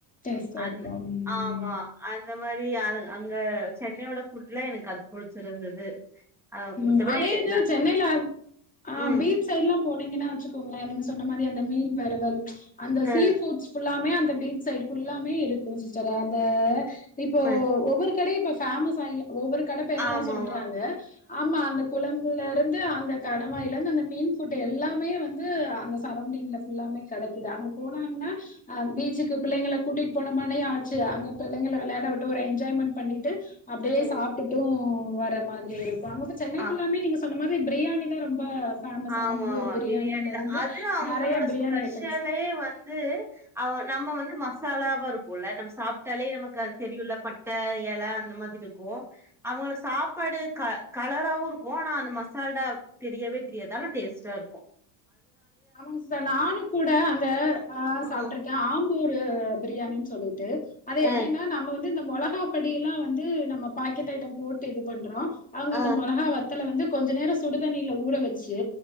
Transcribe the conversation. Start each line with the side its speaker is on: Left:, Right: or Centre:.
Left: டேஸ்ட்டா
Centre: அது
Left: இருக்கு ம்
Centre: ஆமா அந்த மாதிரி அ அங்க சென்னையோட ஃபுட்லா எனக்கு அது புடிச்சிருந்தது ஆ
Left: உம்
Centre: மத்தபடி
Left: அதே இது
Centre: நா
Left: சென்னையில ஆ
Centre: ம்
Left: பீச் சைட்லா போனிங்கன்னா வச்சுக்கோங்களே நீங்க சொன்ன மாதிரி அந்த மீன் வரவல் அந்த
Centre: அ,
Left: சீஃபுட்ஸ் ல்லாமே அந்த பீச் சைட் ஃபுல்லாமே இருக்கு சிஸ்டர் அந்த இப்ப
Centre: அ,
Left: ஒவ்வொரு கடயு இப்ப ஃபேமஸ் ஆகி ஒவ்வொரு கடப்பேர்ல
Centre: ஆமா
Left: சொல்றாங்க
Centre: ஆமா
Left: ஆமா அந்த குழம்புல வந்து அங்க கடவாய்லந்து அந்த மீன் ஃபுட் எல்லாமே வந்து அந்த சரவ்ண்டிங்ல ஃபுல்லாமே கெடக்கிது அங்க போனாங்கன்னா அ பீச் சுக்கு பிள்ளங்கள கூட்டிட் போனம்மனயு ஆச்சு அங்க பிள்ளகள விளையாட விட்டு ஒரு என்ஜாய்மண்ட் பண்ணிட்டு அப்டியே
Centre: ம்
Left: சாப்ட்டுட்டு
Centre: ம்
Left: வர்ர மாதிரி இருக்கு அங்க போய் சென்னை
Centre: ஆ
Left: ஃபுல்லாமே நீங்க சொ ன்ன மாரி பிரியாணி தா ரொம்ப ஃபேமஸ்
Centre: ஆமா
Left: ஆம்பூர்
Centre: ஆமா
Left: பிரியாணில
Centre: பிரியாணிதா
Left: இருந்து
Centre: அது அவுங்களோட
Left: நெறைய பிரியாணி
Centre: ஸ்பெஷலே
Left: ஐட்டம்ஸ்
Centre: வந்து அவ நம்ம வந்து மசாலாவா இருக்குல்ல நம்ம சாப்ட்டாலே நமக்கு அது தெரியுல்ல பட் ட எல அந்த மாதிரி இருக்கு அவங்க சாப் பாடு க கலராவு இருக்கு ஆனா அந்த மசாலா தெரியவே தெரியாது ஆன டேஸ்ட்டா இருக்கு
Left: ஆமாங்க சிஸ்டர் நானு கூட அந்த ஆ
Centre: ம்.
Left: சாப்ட்ருக்கே ஆம்பூரு பிரியாணின் சொல்லிட்டு அது
Centre: அ,
Left: எப்டின்னா நம்ம வந்து இந்த மொளகா படியலா வந்து நம்ம பாக்கெட் ஐட்டம் போட்டு இது பண்றோ அவங்க
Centre: அ,
Left: அந்த மொளகா வத்தல வந்து கொஞ்ச நேரோ சுடுதண்ணில ஊற வச்சு